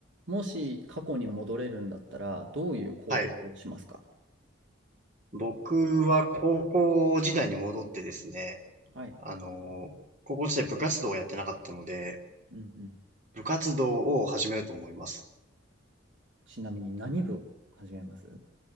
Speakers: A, on the right; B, on the right.
A: もし過去に戻れるんだったら、どういう行動をしますか
B: はい。僕は高校時代に戻ってですね、
A: はい。
B: あの、高校時代部活動をやってなかったので、
A: うんうん。
B: 部活動を始めると思います。
A: ちなみに何部を始めます